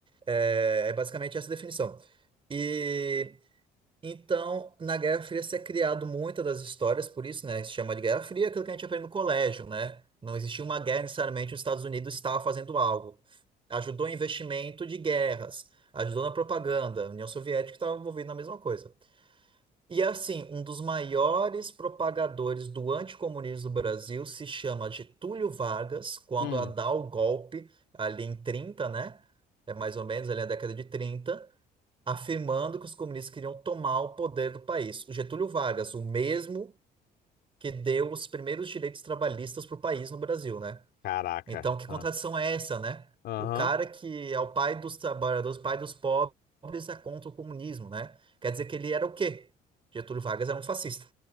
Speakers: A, on the right; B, on the left.
A: É, é basicamente essa definição. E então, na Guerra Fria se é criado muitas das histórias, por isso, né, se chama de Guerra Fria, aquilo que a gente aprende no colégio, né? Não existia uma guerra necessariamente, os Estados Unidos estava fazendo algo. Ajudou em investimento de guerras, ajudou na propaganda, a União Soviética estava envolvida na mesma coisa. E assim, um dos maiores propagadores do anticomunismo do Brasil se chama Getúlio Vargas, quando
B: Hum.
A: a dá o golpe ali em 30, né? É mais ou menos ali na década de trinta afirmando que os comunistas queriam tomar o poder do país. O Getúlio Vargas, o mesmo que deu os primeiros direitos trabalhistas para o país no Brasil, né?
B: Caraca.
A: Então, que
B: Ah.
A: contradição é essa, né?
B: Aham.
A: O cara que é o pai dos trabalhadores, pai dos pobres, é contra o comunismo, né? Quer dizer que ele era o quê? Getúlio Vargas era um fascista,